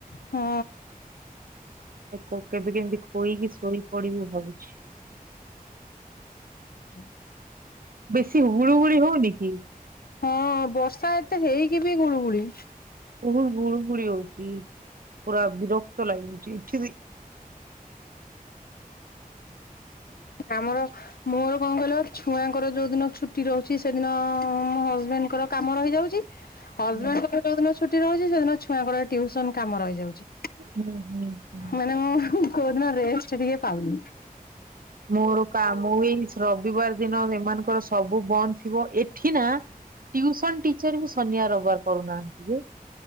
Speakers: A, on the left; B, on the right.
A: ହଁ
B: ଆକୁ କେବେ କେମିତି ଖୋଇକି ଶୋଇପଡ଼ିବି ଭାବୁଚି।
A: ହୁଁ।
B: ବେଶୀ ଗୁଳୁଗୁଳି ହୋଉନି କି?
A: ହଁ ବର୍ଷା ଏତେ ହେଇକି ବି ଗୁଳୁଗୁଳି।
B: ବୋହୁତ ଗୁଳୁ ଗୁଳି ହୋଉଚି ପୁରା ବିରକ୍ତ ଲାଗିଉଚି ଏଠି ବି
A: ଆମର ମୋର କଣ କହିଲ ଛୁଆଙ୍କର ଯୋଉ ଦିନ ଛୁଟି ରହୁଛି ସେଦିନ ମୋ ହଜବେଣ୍ଡଙ୍କର କାମ ରହିଯାଉଛି। ହଜବେଣ୍ଡଙ୍କର
B: ହୁଁ
A: ଯୋଉ ଦିନ ଛୁଟି ରହୁଛି ସେଦିନ ଛୁଆଙ୍କର ଟିୁସନ କାମ ରହିଯାଉଚି।
B: ହୁଁ ହୁଁ
A: ମାନେ ମୁ କୌଦିନ ରେଷ୍ଟ ଟିଗେ ପାଉନି।
B: ମୋରକାା ମୁଁ ଏଇ ଶ୍ର ରବିବାର ଦିନ ଏମାନଙ୍କର ସବୁ ବନ୍ଦ ଥିବ ଏଠି ନା ଟୁସନ ଟି ପଚାରିବୁ ସନିବାର ରବିବାର କରୁନାହାନ୍ତି ଯେ।